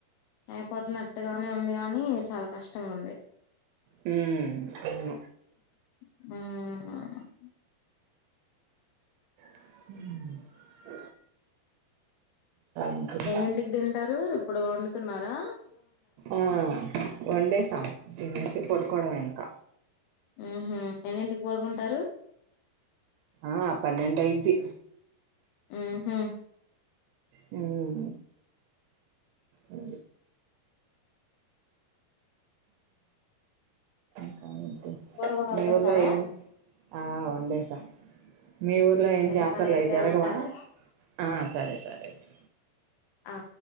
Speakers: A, on the left; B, on the right.
A: అయిపోతన్నట్టు నట్టుగానే ఉంది గాని చాలా కష్టంగా ఉంది
B: హ్మ్ అవును
A: హ్మ్
B: హ ఏంటిది
A: ఎన్నింటికి తింటారు ఇప్పుడు వండు తిన్నారా
B: ఆ వండేసాం తినేసి పడుకోవడమే ఇంక
A: ఊహూ ఎన్నింటికి పడుకుంటారు
B: ఆ పన్నెండు ఐద్ది
A: ఊహూ
B: హ్మ్ అే హ
A: కూర కూడా
B: మీ
A: వండేసారా
B: ఊర్లో ఎం ఆ వండేసా మీ ఊర్లో ఏం
A: సరే
B: జాతరలయి
A: మరి అయితే
B: జరగవా
A: ఉంటాను
B: ఆ సరే సరే అయితే
A: ఆ